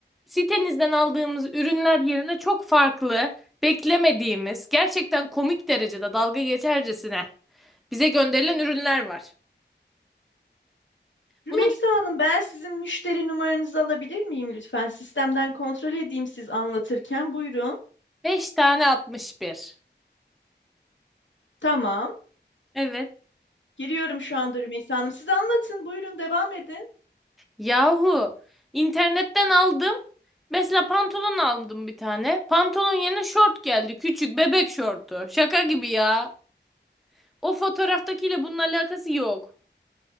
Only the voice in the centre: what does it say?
sitenizden aldığımız ürünler yerine çok farklı, beklemediğimiz, gerçekten komik derecede dalga geçercesine bize gönderilen ürünler var.
Bunu bize
5 tane atmış bir.
Evet.
Yahu internetten aldım. Mesela pantolon aldım bir tane. Pantolon yerine şort geldi. Küçük bebek şortu. Şaka gibi ya. O fotoğraftakiyle bunun alakası yok.